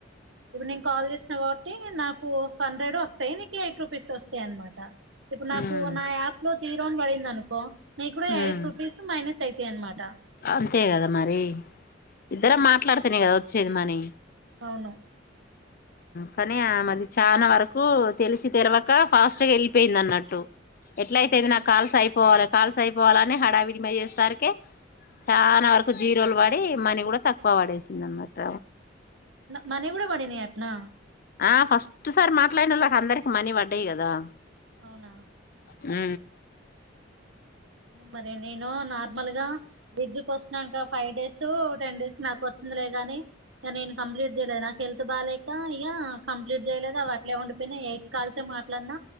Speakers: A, on the right; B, on the left.
A: ఇవి నను కాల్ చేసిన కాబట్టి నాకు హండ్రెడ్ వస్తాయి నీకు ఎయిట్ రూపీస్ వస్తాయి అనమాట ఇప్పుడు నాకు
B: ఉమ్
A: నా యాప్ లో జీరో అ పడింది అనుకో నీకు కూడా ఎయిట్
B: ఉమ్
A: రూపీస్ మైనస్ అయితాయి అనమాట
B: అంతే కదా మరి ఇద్దర మాట్లాడుతేనే కదా వచ్చేది మనీ
A: అవును
B: కానీ ఆ మాది చాలా వరకు తెలిసి తెలివక ఫాస్ట్ గా వెళ్ళిపోయింది అన్నట్టు ఎట్ల
A: అవును
B: అయితేంది నాకు కాల్స్ అయిపోవాలి కాల్స్ అయిపోవాలని హడావిడిమ చేస్తారుకి చాలా వరకు జీరోలు పడి మనీ కూడా తక్కువ పడేసింది అనమాట
A: మన కూడా పడిని నా
B: ఆ ఫస్ట్ సారి మాట్లాడిన వాళ్ళకి అందరికి మనీ పడ్డాయి కదా
A: అవునా
B: అ
A: మరి నేను నార్మల్ గా విజ వస్తుాక ఫైవ్ డేస్ టెన్ డేస్ నాకు వచ్చిన గాని ఇక నేను కంప్లీట్ చేయలేదు నాకు హెల్త్ బాగాలేక ఇ కంప్లీట్ చేయలేదు అ అట్లే ఉండిపోయి ఎయిట్ కాల్స మాట్లాడినా